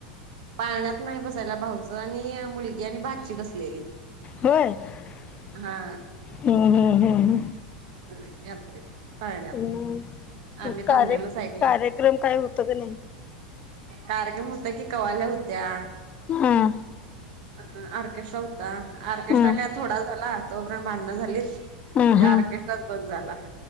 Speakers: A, on the right; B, on the left.
A: पाळण्यात नाही बसायला. भाऊजाई आणि मुलगी आणि भाजची बसलेली.
B: होय. <inaudible>
A: हा
B: ह हम् हम् ह.
A: अय यातरेत पाळण्यात
B: हम्म
A: आमी
B: मग कार्य
A: थांबलेलो साइडला
B: कार्यक्रम काय होतं का नाही
A: कार्यक्रम हुत की कवाल्या हुत्या
B: हा
A: अन आर्केस्ट्रा हुता ऑर्केस्ट्रा
B: हं,
A: काय थोडा झाला तोपरेंत भांण झालीत
B: हं,
A: त्या
B: हं.
A: ऑर्केस्ट्राच बंद झाला